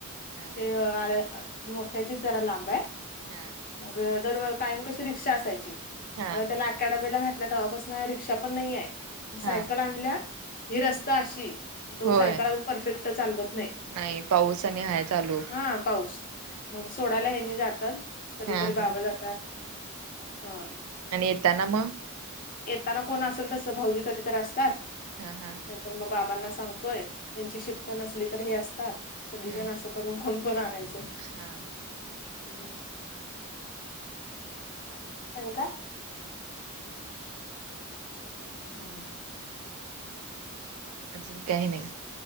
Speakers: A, on the right; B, on the left.
A: हा
B: ते आरे अ मोठ्याचीच जरा लांब ये.
A: हा
B: मग दर कायम कशी रिक्षा असायची
A: हा
B: आता
A: हा
B: त्याला अकॅडमीला घात तल्या तवापासनां रिक्षा पण नाहीये सायकल
A: हा
B: आणल्या ही रस्ता अशी तो
A: होय
B: सायकल अजून परफेक्ट चालवत नाही.
A: नाही पाऊस आणि हाय चालू
B: हा पाऊस मंग सोडाला ह्यांनी जातात कधीतर
A: हा हा
B: बाबा जात तात हा
A: आणि येताना म
B: येताना कोण असल तसं भाऊजी कधी तर असतात.
A: हा हा
B: नायतर म बाबांना सांगतोय त्यांची शिफ्ट नसली तर हे असतात.
A: हम्म
B: सगळी जण
A: हम्म
B: असं करून कोण पण आणायचं.
A: हा हा
B: हम् आणि काय हं हम्म
A: अजून काही नाही.